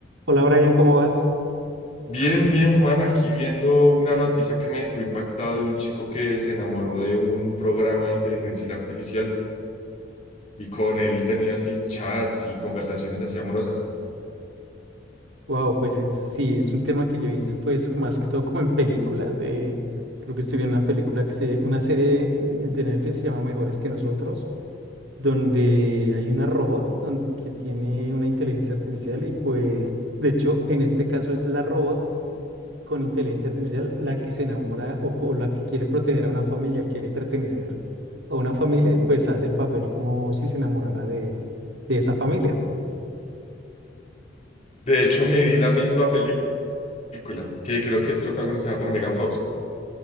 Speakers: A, on the right (about 85°); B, on the left (about 40°).
A: Hola Brian, ¿cómo vas?
B: Bien, bien, Juan, aquí viendo una noticia que me dejó impactado de un chico que se enamoró de un programa de inteligencia artificial y con él tenía así chats y conversaciones así amorosas.
A: Wow, pues es- sí, es un tema que yo he visto pues que más que todo como en películas. eh, creo que estoy viendo una película que se, una serie de, de Netflix que se llama Mejores que nosotros, donde hay una robot donde- que tiene una inteligencia artificial y pues de hecho en este caso es la robot con inteligencia artificial la que se enamora o, o la que quiere proteger a una familia, quiere pertenecer a una familia y pues hace el papel como si se enamorara de de esa familia.
B: De hecho, me vi la misma película, que creo que es protagonizada por Megan Fox.